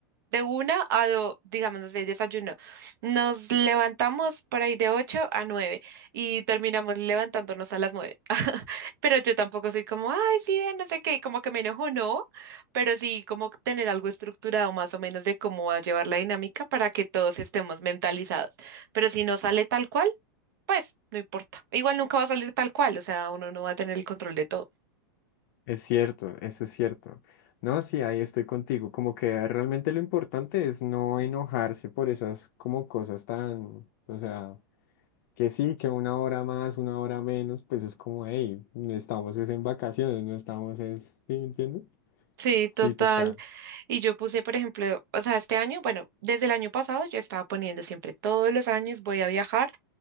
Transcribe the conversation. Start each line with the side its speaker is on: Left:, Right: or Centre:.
Right: de una a dos, digamos, no sé, desayuno. Nos levantamos por ahí de 8 a 9 y terminamos levantándonos a las nueve <laughs> Pero yo tampoco soy como, ay, sí, ve, no sé qué, como que me enojo, no, pero sí como tener algo estructurado más o menos de cómo va a llevar la dinámica para que todos estemos mentalizados. Pero si no sale tal cual, pues no importa. Igual nunca va a salir tal cual, o sea, uno no va a tener el control de todo.
Left: Es cierto, eso es cierto. No, sí, ahí estoy contigo. Como que realmente lo importante es no enojarse por esas como cosas tan, o sea. que sí, que una hora más, una hora menos, pues es como, hey, no estamos es en vacaciones, no estamos es, ¿sí entiendes?
Right: Sí,
Left: Sí,
Right: total.
Left: total.
Right: Y yo puse, por ejemplo, o sea, este año, bueno, desde el año pasado yo estaba poniendo siempre todos los años voy a viajar